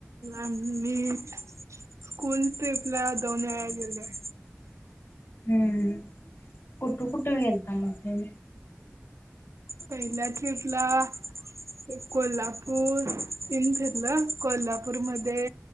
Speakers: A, on the right; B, on the left.
A: आम्ही स्कूल ट्रीपला दोन वेळा गेलोय.
B: हम्म, कुठं कुठं गेलता मग तुम्ही?
A: पहिल्या ट्रीपला ते कोल्हापूर तेन फिरलं, कोल्हापूरमध्ये